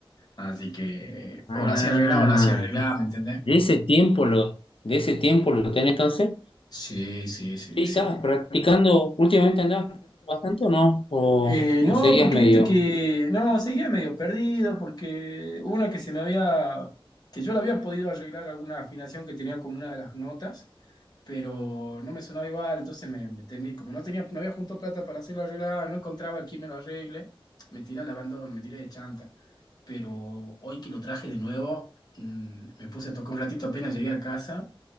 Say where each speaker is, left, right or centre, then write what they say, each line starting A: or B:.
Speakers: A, on the left (about 45°); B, on the left (about 70°).
A: Así que
B: Ah,
A: o lo hacía arreglado o lo hacía arreglado, ¿me entendés?
B: de ese tiempo lo, de ese tiempo lo tenés entonces.
A: Sí, sí, sí,
B: Che, ¿Y
A: sí.
B: estabas practicando? ¿Últimamente andabas practicando bastante o no? ¿O,
A: Eh, no,
B: o seguías
A: porque
B: medio?
A: viste que, no, seguía medio perdido, porque una que se me había, que yo la había podido arreglar alguna afinación que tenía con una de las notas, pero no me sonaba igual, entonces me, me temí, como no tenía, no había junto plata para hacerlo arreglar, no encontraba quién me lo arregle, me tiré al abandono, me tiré de chanta, pero hoy que lo traje de nuevo, mm, me puse a tocar un ratito apenas llegué a casa